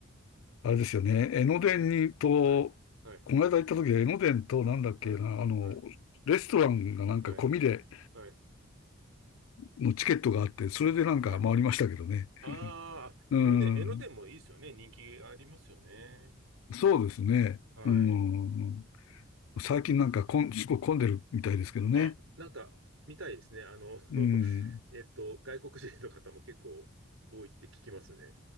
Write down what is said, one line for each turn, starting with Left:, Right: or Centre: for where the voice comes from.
Left: あれですよね。江ノ電にと、
Right: はい、はい、
Left: この間行った時は江ノ電となんだっけな、
Right: はい、
Left: あの、
Right: はい、
Left: レストランがなんか込みで
Right: はい、はい、
Left: のチケットがあって、それでなんか回りましたけどね。
Right: はい。ああ、
Left: うん。
Right: 江ノ電、江ノ電もいいですよね。人気ありますよね。
Left: そうですね。
Right: はい。
Left: うん。最近なんかこん、すごい混んでるみたいですけどね。
Right: あ、なんか、見たいですね。あの、<laughs>
Left: うん。
Right: えっと、外国人の方も結構多いって聞きますね。